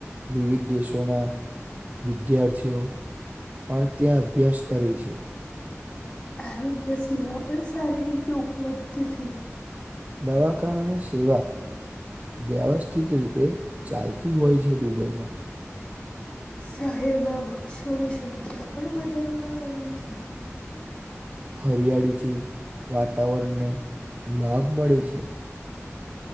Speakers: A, on the right; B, on the left.
A: વિવિધ દેશોના વિદ્યાર્થીઓ. પણ ત્યાં અભ્યાસ કરે છે.
B: આરોગ્ય સેવા પણ સારી રીતે ઉપલબ્ધ છે.
A: દવાખાના અને સેવા. વ્યવસ્થિત રીતે ચાલતી હોય છે દુબઈમાં.
B: શહેરમાં વૃક્ષોની સંખ્યા પણ વધારવામાં આવી છે.
A: હરિયાળીથી વાતાવરણને લાભ મળે છે.